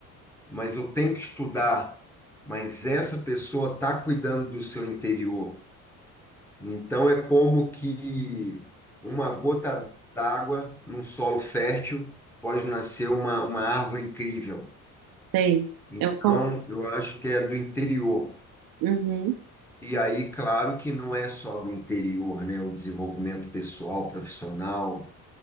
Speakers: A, in the centre; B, on the right.
A: mas eu tenho que estudar. Mas essa pessoa está cuidando do seu interior. Então é como que uma gota d'água num solo fértil pode nascer uma, uma árvore incrível.
B: Sei.
A: Então
B: Eu concordo.
A: eu acho que é do interior.
B: Uhum,
A: E aí, claro que não é só do interior, né? O desenvolvimento pessoal, profissional,